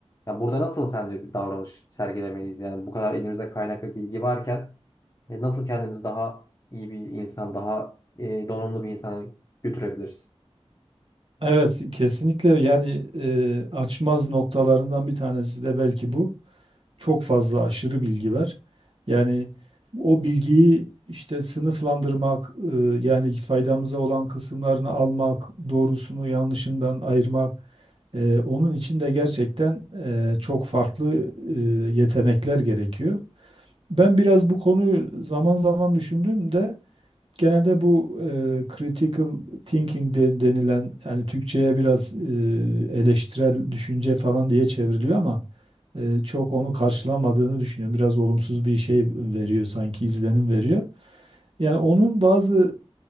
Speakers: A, on the left (about 30°); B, on the right (about 55°).
A: Ya burada nasıl sence bir davranış sergilemeliyiz? Yani bu kadar elimizde kaynak ve bilgi varken e, nasıl kendimizi daha iyi bir insan, daha e, donanımlı bir insana götürebiliriz?
B: Evet kesinlikle yani e, açmaz noktalarından bir tanesi de belki bu. çok fazla aşırı bilgi var. Yani o bilgiyi işte sınıflandırmak, e, yani faydamıza olan kısımlarını almak, doğrusunu yanlışından ayırmak, e, onun için de gerçekten e, çok farklı e, yetenekler gerekiyor. Ben biraz bu konuyu zaman zaman düşündüğümde genelde bu e, critical thinking de denilen yani Türkçe'ye biraz e, eleştirel düşünce falan diye çevriliyor ama e, çok onu karşılamadığını düşünüyorum. Biraz olumsuz bir şey veriyor sanki izlenim veriyor. Yani onun bazı